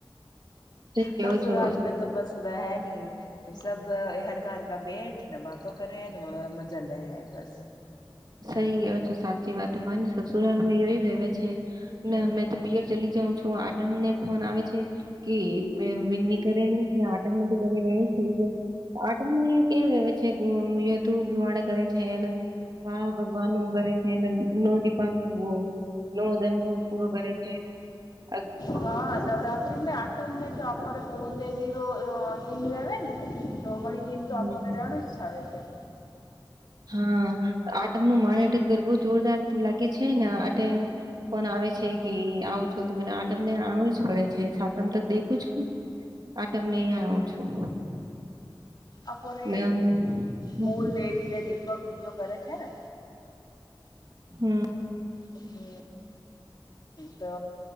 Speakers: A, on the right (about 50°); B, on the left (about 55°).
A: સહી કેવો
B: સસુરાલ
A: છો
B: મે તો બસ વેહની. સબ હરકા હરકા બેઠ ને વાતો કરે ને મજા લે હૈ બસ
A: સહી ગયો છે, સાથ સાચી વાત માને સસુરાલ વહે છે,
B: હમ
A: ને મેને તો પિયર ચલી જાઉં છું આટમને ફોન. આવે છે, કે વિની ઘરે નહીં છે, આઠમમાં તો ઘરે વેણી થઈ જાય. આઠમું અહિયાં યા કેમ આવે છે, ધૂપ ધુમાડા કરે છે. ને હા ભગવાન વગરે છે, ને નો દીપાનું વોવ. નવોદન નું પૂરો કરે છે. અગો
B: હા નવરાત્રી મેં આઠમને તો આપખરે કુલદેવી રો દિન વ ને તો વણી દિન
A: હમ
B: તો આપણને રહેનું જાવે છે.
A: હા આઠમનું માને એટ ગરવો જોરદાર લાગે છે, ને આઠે. ફોન આવે છે, કે આવે છો તોને આઠમને આવું જ પડે છે, સાતમ તક દેખું છું. આ તમને અહીંયા આવું છું.
B: આપરે
A: ને હમ
B: કુલદેવી દીપ લગગ બીજો કરે છે ને
A: હમ
B: હમ તો